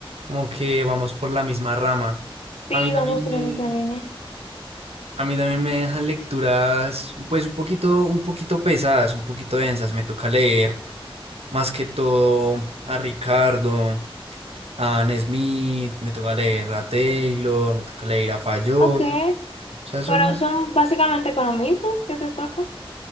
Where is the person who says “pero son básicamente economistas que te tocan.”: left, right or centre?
Left